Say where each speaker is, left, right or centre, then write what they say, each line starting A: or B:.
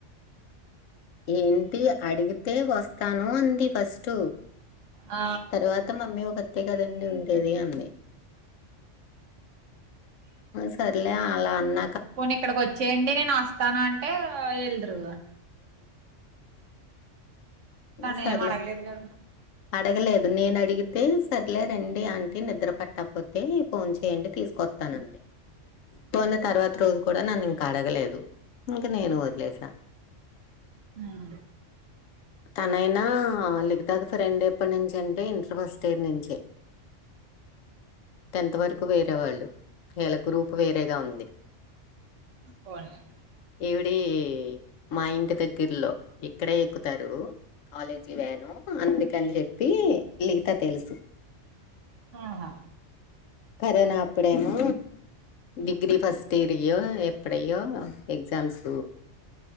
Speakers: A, on the left; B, on the right.
A: ఏంటి అడిగితే వస్తాను అంది ఫస్ట్
B: ఆ
A: తర్వాత మమ్మీ ఒక తే కదండి ఉండేది అంది సరేలే అలా అన్న
B: పోనీ ఇక్కడికి వచ్చేయండి నేను వస్తాను అంటే వెల్దురు తను
A: సార్లే
B: ఏం అడగలేదు కదా
A: అడగలే నేను అడిగితే సరేలే రండి ఆంటీ నిద్ర పట్టకపోతే ఫోన్ చేయండి తీసుకొస్తానండి పొనీ తర్వాత రోజు కూడా నన్ను ఇంకా అడగలేదు ఇంక నేను వదిలేసా
B: హ్మ్
A: తనైనా లిఖీతాకి ఫ్రెండ్ ఎప్పటి నుంచి అంటే ఇంటర్ ఫస్ట్ ఇయర్ నుంచే టెన్త్ వరకు వేరేవాళ్ళు ఏళ గ్రూపు వేరేగా ఉంది
B: పోన్లే
A: ఈవిడీ మా ఇంటి దగ్గర్లో ఇక్కడే ఎక్కు తారు కాలేజీకి వను అందుకని చెప్పి లిత తెలుసు
B: ఆహా
A: కరోనా అప్పుడేమో డిగ్రీ ఫస్ట్ ఇయర్యో ఎప్పుడయో ఎగ్జామ్స్